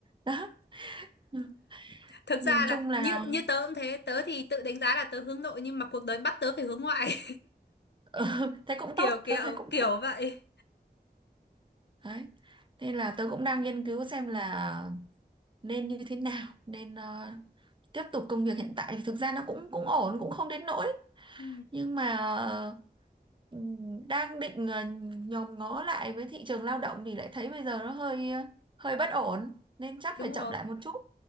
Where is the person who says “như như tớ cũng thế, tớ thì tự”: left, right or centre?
Left